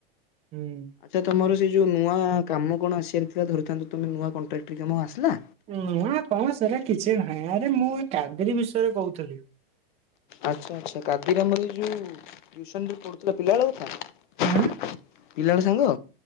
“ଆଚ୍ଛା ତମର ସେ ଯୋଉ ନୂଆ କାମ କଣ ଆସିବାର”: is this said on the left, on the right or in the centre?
Left